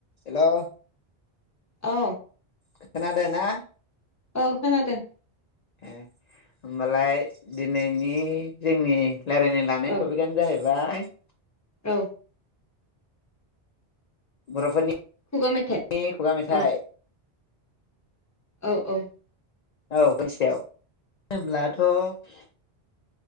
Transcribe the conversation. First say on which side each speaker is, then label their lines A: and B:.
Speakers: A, on the left (about 50°); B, on the left (about 15°).
A: Hello
B: अ
A: खोनादोना?
B: औ खोनादो ।
A: ए होमबालाय दिनैनि जोंनि रायलायनो लानाय
B: औ
A: टपिकआनो जाहैबाय
B: औ
A: बरफोरनि
B: खुगा मेथाइ
A: नि खुगा मेथाइ।
B: औ औ औ ।
A: औ खोनसेयाव होमब्लाथ ।